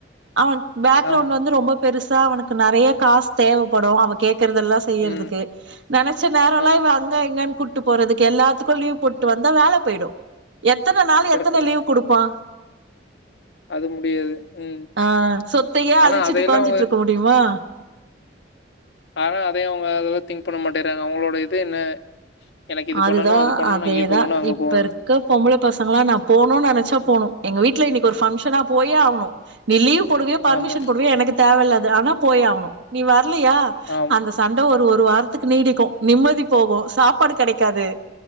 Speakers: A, on the right; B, on the left.
A: அவ பேக்
B: ஆமா.
A: ரவுண்ட் வந்து ரொம்ப பெரு சா அவனுக்கு நெறைய காசு தேவப்படு அவக் கேக்குறதெல்லா செய்யறதுக்கு
B: ம்
A: நெனைச்ச நேரல்லா
B: ஆமா.
A: இவ அங்க இங்க கூட் போட்டு போறதுக்கு எல்லாத்துக்கு லீவ் போட்டு வந்தா வேல போயிடு எத்தன நாள்
B: கரெக்ட்டு
A: எத்தன
B: தான்.
A: லீவ் குடுப்பா
B: அது முடியாது. ம்.
A: ஆ சொத்தையே
B: ஆனா
A: அழிச்சுட்டு
B: அதையெல்லாம்
A: உக்காஞ்சிட்டு
B: அவங்க
A: இருக்க முடியுமா
B: ஆனா அதையு அவங்க அதெல்லா திங்க் பண்ண மாட்டிறாங்க அவங்களோட இது என்ன எனக்கு இது
A: அதுதா
B: பண்ணணும், அது பண்ணணும்,
A: அதேதா
B: இங்க போகணும், அங்க
A: இப்ப
B: போகணும்.
A: இருக்க பொம்பள பசங்கள்ளா நா போணு நெனைச்சா
B: ம்.
A: போணு எங்க வீட்ல இன்னிக்கி ஒரு ஃபங்கஷனா போயே ஆகுனு நீ லீவ் போடுவியோ ஃபர்மிஷன்
B: ஆமா
A: போடுவியோ எனக்கு தேவல்ல அது ஆனா போயேகனூ நீ வர்லயா
B: ஆமா
A: அந்த சண் ட ஒரு ஒரு வாரத்துக்கு நீடிக்கு நிம்மதி போகு சாப்பாடு கெடக் காது